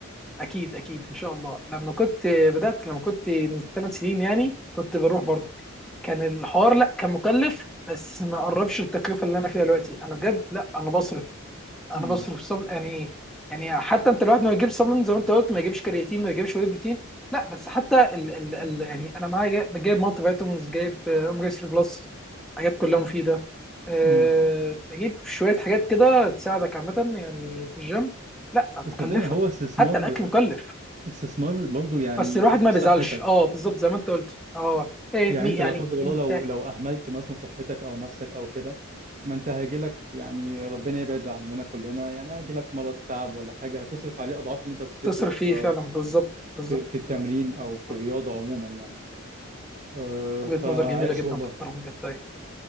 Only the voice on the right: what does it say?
امم
امم
أمم.
بس صدقني
هو استثمار
استثمار برضو يعني
في
صحتك
يعني
انت
لا قدر الله
لو لو اهملت مثلا صحتك او نفسك او كده ما انت هيجيلك يعني ربنا يبعد عننا كلنا يعني هيجيلك مرض تعب ولا حاجه هتصرف عليه اضعاف اللي انت هتصرفه
في
في في التمرين
او في
الرياضه عموما يعني آه،
فعاش
والله